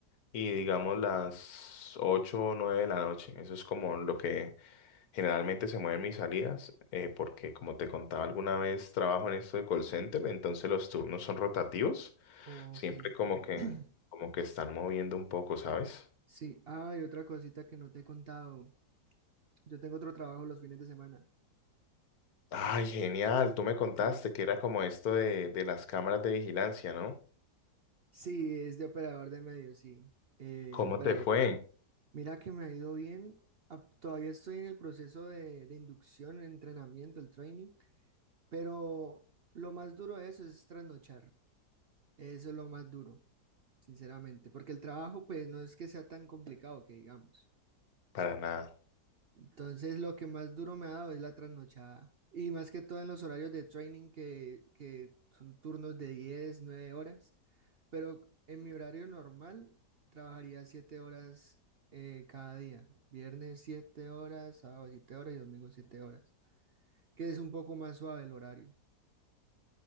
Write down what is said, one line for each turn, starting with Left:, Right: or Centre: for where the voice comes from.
Left: y digamos las 8 o 9 de la noche. Eso es como lo que generalmente se mueven mis salidas, eh, porque como te contaba alguna vez, trabajo en esto de call center, entonces los turnos son rotativos,
Right: ok.
Left: siempre como que,
Right: <clears throat>
Left: como que están moviendo un poco, ¿sabes?
Right: Sí, ah, y otra cosita que no te he contado. Yo tengo otro trabajo los fines de semana.
Left: Ay, genial, tú me contaste
Right: Sí.
Left: que era como esto de, de las cámaras de vigilancia, ¿no?
Right: Sí, es de operador de medios, sí. Eh,
Left: ¿Cómo
Right: operador.
Left: te fue?
Right: Mira que me ha ido bien. Ah, Todavía estoy en el proceso de, de inducción, el entrenamiento, el training, pero lo más duro de eso es trasnochar. Eso es lo más duro, sinceramente, porque el trabajo pues no es que sea tan complicado que digamos.
Left: Para nada.
Right: Entonces, lo que más duro me ha dado es la trasnochada. Y más que todo en los horarios de training, que, que son turnos de 10 9 horas. Pero en mi horario normal, trabajaría 7 horas eh, cada día. Viernes 7 horas, sábado 7 horas y domingo 7 horas. Que es un poco más suave el horario.